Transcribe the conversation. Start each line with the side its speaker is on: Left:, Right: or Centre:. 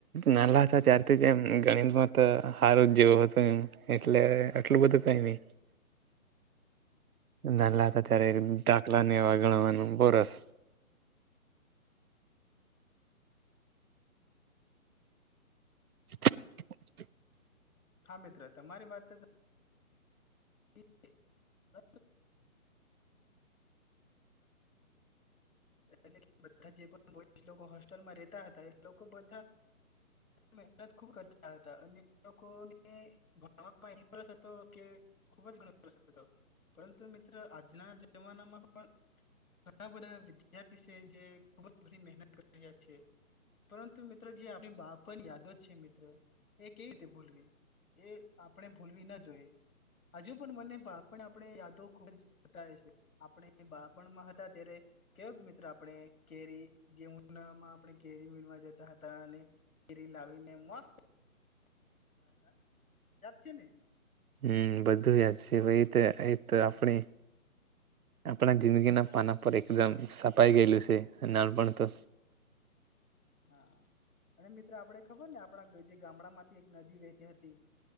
Right: નાલા હતા ત્યારથી જ, એમ ગણિતમાં તો હારું જ જેવું હતું, એમ એટલે આટલું બધું નય. નાલાા
Left: હા
Right: હતા ત્યારે. દાખલા ને એવા ગણવાનું બોરસ <inaudible>
Left: હા મિત્ર તમારી વાત વિ્યાર્ <inaudible> એટલે જે હોસ્ટેલમાં રતા હતા એ લોકો બા મેનત ખુબ કરતાં હતાં અને લોકોને ભણવામા એટલો રસ હતો કે ખુબ જ ગણ <inaudible> પરંતુ મિત્ર આજના જમાનામાં પણ ઘણા બધા વિદ્યાર્થી છે. જે ખૂબ જ ઘણી મહેનત કરી રહ્યા છે. પરંતુ મિત્રો જે આપણી બાપણ યાદો છે, મિત્ર એ કેવી રીતે ભૂલવી એ આપણે ભૂલવી ના જોઈએ. હજુ પણ મને બાળપણ આપણે યાદો ખુબજ બતાવે છે. આપણે બાળપણમાં હતા, ત્યારે કયોક મિત્ર આપણે કેરી જે ઉનામાં આપણે કેરી વીણવા જતા હતા, અને કેરી લાવીને મસ્ત આપડે બધા હતા યાદ છે ને?
Right: હમ બધું યાદ છે એ તો એ તો આપણી, આપણા જિંદગીના પાના પર એકદમ સપાઈ ગયેલું છે નાનપણ તો.
Left: હા અને મિત્ર આપણે ખબર ને આપણા જે ગામડા માંથી એક નદી વહેતી હતી,